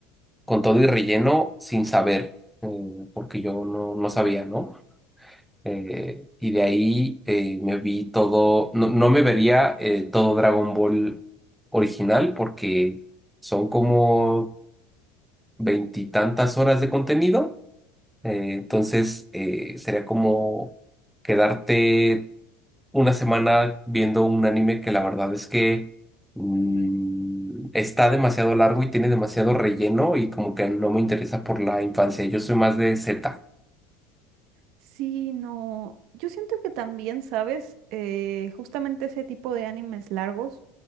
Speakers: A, in the centre; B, on the right.
A: con todo y relleno sin saber, eh, porque yo no, no sabía, ¿no? Eh, y de ahí eh, me vi todo, no, no me vería eh, todo Dragon Ball original porque son como veintitantas horas de contenido. Eh, entonces eh, sería como quedarte una semana viendo un anime que la verdad es que mm, está demasiado largo y tiene demasiado relleno y como que no me interesa por la infancia. Yo soy más de Z.
B: Sí, no. Yo siento que también, ¿sabes? Eh, justamente ese tipo de animes largos